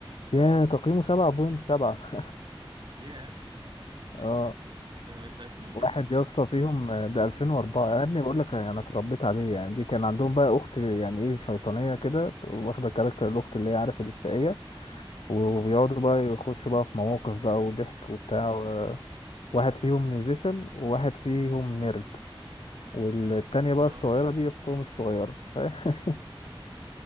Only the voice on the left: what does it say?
ياه تقييمه 7.7
اه <laughs>
واحد
يا
اسطى فيهم
آه،
ده
2004 يا ابني بقول لك انا اتربيت عليه يعني دي كان عندهم بقى اخت يعني ايه شيطانيه كده واخده كاركتر الاخت اللي هي عارف الشقيه وبيقعدوا
بقى يخشوا بقى في مواقف بقى وضحك وبتاع و- واحد فيهم ميوزيشن وواحد فيهم نيرد والتانية بقى
الصغيرة دي أختهم الصغيرة <laughs>